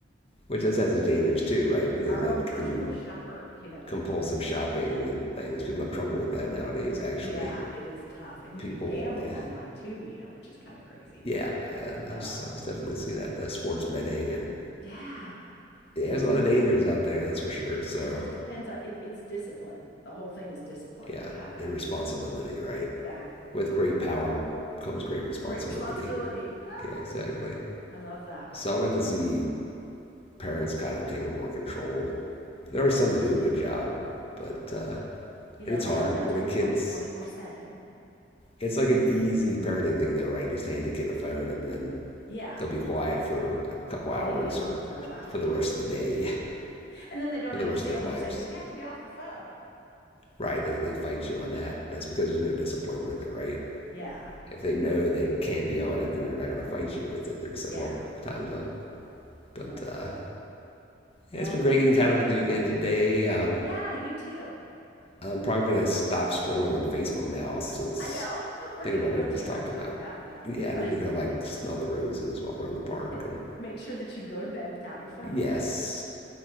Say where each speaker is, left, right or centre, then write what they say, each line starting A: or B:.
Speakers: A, on the left (about 35°); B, on the left (about 65°).
A: which that's that's dangerous too, right? Because
B: Our
A: that
B: own personal
A: can
B: shopper, you know.
A: compulsive shopping and things. People have trouble with that nowadays. Actually,
B: Yeah, it is tough. And you
A: people,
B: can gamble
A: yeah,
B: online too, you know, which is kind of crazy.
A: yeah, yeah. I've
B: So
A: I've definitely seen that. The sports betting and
B: yeah,
A: yeah,
B: it's
A: there's a
B: just
A: lot of dangers out there. That's for sure. So
B: it just depends on it, it's discipline. The whole thing is discipline.
A: yeah,
B: You gotta
A: and responsibility, right?
B: exactly.
A: With great
B: Yeah.
A: power comes great responsibility.
B: Great responsibility. Ah,
A: Yeah, exactly.
B: I love that one.
A: So I'd like to see parents kind of taking more control. There
B: I
A: are some
B: would
A: that do
B: too.
A: a good job, but uh,
B: You know,
A: and it's
B: they
A: hard
B: don't have
A: when
B: to have
A: a kid's
B: a phone 24 7.
A: It's like an easy parenting thing, though, right? Just hand a kid a phone and then
B: Yeah.
A: they'll be quiet for a couple
B: They'll
A: hours
B: leave you alone
A: or
B: for a while,
A: for
B: you
A: the rest
B: know.
A: of the day,
B: And
A: <laughs>
B: then they don't
A: for the
B: understand
A: rest of
B: when
A: their lives.
B: you say you have to get off the phone.
A: Right. They, they fight you on that. That's because there's no discipline with it, right?
B: Yeah.
A: If they know they can't be on it, then they're not going to fight you with it. They're just
B: Yeah.
A: like, well, time's up. But
B: Be like,
A: uh,
B: cool. Well,
A: yeah, it's been
B: cool.
A: great getting caught up with you again today. Um,
B: Yeah, you too.
A: I'm probably going to stop scrolling on Facebook now since
B: I know. <laughs> We're
A: thinking
B: going
A: about
B: to go
A: what we
B: take
A: just talked
B: our time
A: about.
B: out now, you
A: Yeah,
B: know.
A: I need
B: <laughs>
A: to go like smell the roses, walk around the park.
B: And
A: And
B: Make sure that you go to bed without your phone.
A: yes,